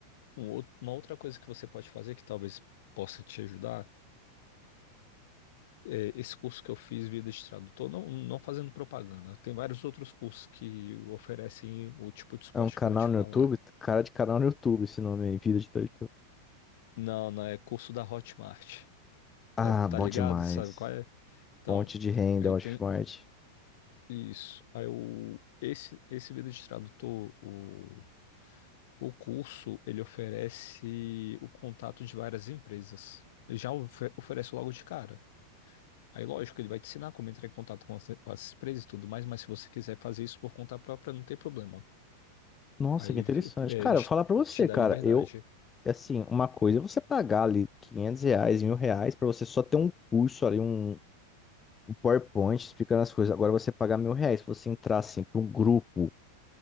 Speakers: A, on the left (about 50°); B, on the left (about 20°).
A: um outro- uma outra coisa que você pode fazer, que talvez possa te ajudar, é, esse curso que eu fiz vida de tradutor, não, não fazendo propaganda, tem vários outros cursos que oferecem o tipo de suporte
B: É um canal
A: que eu vou te
B: no
A: falar.
B: YouTube? Cara de canal no YouTube, esse nome aí, Vida de Tradutor.
A: Não, não, é curso da Hotmart,
B: Ah,
A: tá, tá
B: bom
A: ligado?
B: demais.
A: Sabe qual é? Então,
B: Fonte de renda,
A: aí
B: Hotmart.
A: tem isso. Aí o, esse, esse vida de tradutor, o, o curso, ele oferece o contato de várias empresas. Ele já ofe- oferece logo de cara. Aí, lógico, ele vai te ensinar como entrar em contato com as, com as empresas e tudo mais, mas se você quiser fazer isso por conta própria, não tem problema.
B: Nossa,
A: Aí
B: que interessante.
A: é,
B: Cara,
A: eles
B: vou falar pra você,
A: te dá
B: cara.
A: liberdade.
B: Eu E, assim, uma coisa é você pagar ali 500 reais, mil reais, pra você só ter um curso ali, um, um PowerPoint explicando as coisas. Agora você pagar mil reais, se você entrar, assim, para um grupo,